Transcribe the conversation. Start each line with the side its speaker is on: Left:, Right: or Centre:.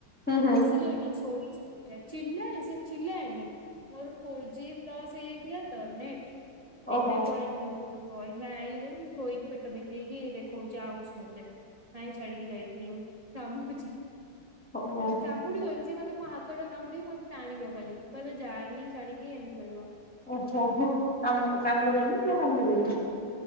Centre: ହୁଁ ହୁଁ
Right: ଆସିଲି ଏଇକ୍ଷୀଣା ଶୋଇଛି ଚୁପଚାପ୍ ଚିଲ୍ଲାଏ ସେ, ଚିଲ୍ଲାଏନି ମୋର ଫୋର୍ ଜି ଲସ୍ ହେଇଯାଇଥିଲା ତ ନେଟ୍, ହେଇଥିପାଇଁ
Centre: ଓହୋ
Right: ପଳେଇଥିଲୁ। <unintelligible> ଆଇଲି ଯେମିତି ଶୋଇକି ପେଟ ଦେଖେଇକି ଦେଖଉଛି ଆଉଁସ ମତେ। କାଇଁ ଛାଡିକି ଯାଇଥିଲୁ? କାମୁଡୁଛି,
Centre: ହୁଁ ହୁଁ
Right: କାମୁଡିବ ଜି ମାନେ ମୋ ହାତଟା କାମୁଡିକି ମୋତେ ଟାଣିବ ଖାଲି, କହିବ ଯାଆନି ଛାଡିକି, ଏମିତି କହିବ।
Centre: ଓହୋ, ହୋ, କାମୁ -କାମୁଡ଼େନି ସିଏ, କାମୁଡ଼ିବେନି ନାଇଁ।